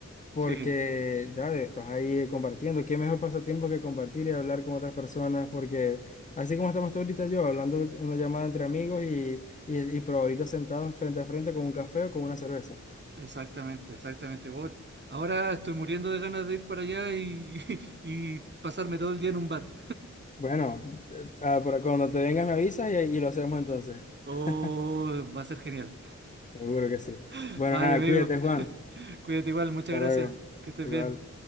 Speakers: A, on the left; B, on the right.
A: porque,
B: sí,
A: dale, estás ahí compartiendo. ¿Qué mejor pasatiempo que compartir y hablar con otras personas? Porque así como estamos tú ahorita yo, hablando en una llamada entre amigos y, y, y pero ahorita sentados frente a frente con un café o con una cerveza.
B: exactamente, exactamente. Vos- ahora estoy muriendo de ganas de ir para allá y, <laughs> y pasarme todo el día en un bar.
A: Bueno, eh, ah, por- cuando te vengas me avisas y, y lo hacemos entonces. <laughs>
B: Oh, va a ser genial.
A: Seguro que sí.
B: <laughs>
A: Bueno,
B: Vale,
A: nada,
B: amigo,
A: cuídate, Juan.
B: cuídate igual, muchas
A: Hasta
B: gracias.
A: luego.
B: Que estés
A: Igual.
B: bien.